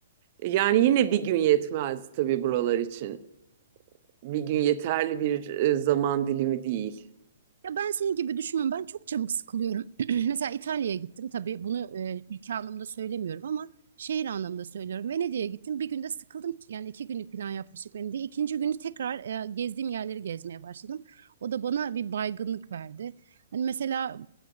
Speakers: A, on the right; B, on the right.
A: Yani yine bir gün yetmez tabii buralar için. bir gün yeterli bir e, zaman dilimi değil.
B: Ya ben senin gibi düşünmüyorum. Ben çok çabuk sıkılıyorum. <clears throat> Mesela İtalya'ya gittim. Tabii bunu e, ülke anlamında söylemiyorum ama şehir anlamında söylüyorum. Venedik'e gittim. Bir günde sıkıldım. Yani iki günlük plan yapmıştık Venedik'e. İkinci günü tekrar e, gezdiğim yerleri gezmeye başladım. O da bana bir baygınlık verdi. Hani mesela